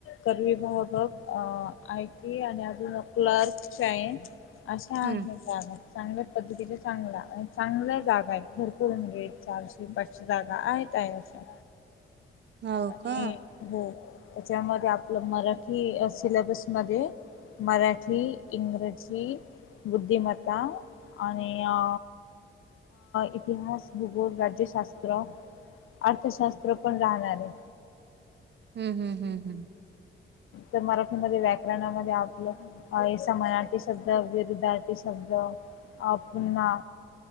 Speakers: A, on the left; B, on the right.
A: कर विभागक अजून आयटी आणि अजून क्लारक च्या आहेत. अशा
B: हम्म
A: आहे. जागा चांगल्या पद्धतीच्या चांगला चांगल्या जागा आहेत भरपूर म्हणजे चारशे पाचशे जागा आहेत त्याच्या
B: हो
A: आणि
B: का
A: हो त्याच्यामध्ये आपलं मराठी सिलेबस मध्ये मराठी, इंग्रजी बुद्धिमत्ता आणि अ इतिहास, भूगोल, राज्यशास्त्र अर्थशास्त्र पण राहणार आहे.
B: हम् हम्म हम् हम्!
A: तर मराठीमध्ये व्याकरणामध्ये आपलं अ समनार्थी शब्द विरूधार्थी शब्द अ पुन्हा